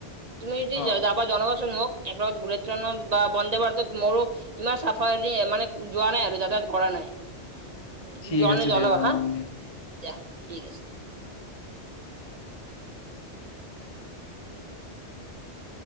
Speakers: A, on the right (about 40°); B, on the left (about 35°).
A: তুমি যদি
B: অ
A: যাবাৰ জনাবচোন মোক একলগত বোলেট বা বন্দে ভাৰতত মোৰো ইমান চাফা মানে যোৱা নাই আৰু যাতায়াত কৰা নাই
B: ঠিক
A: জনেলে
B: আছে
A: জনাবা
B: দিয়া জনাম
A: হা দিয়া ঠিক আছে।
B: <inaudible>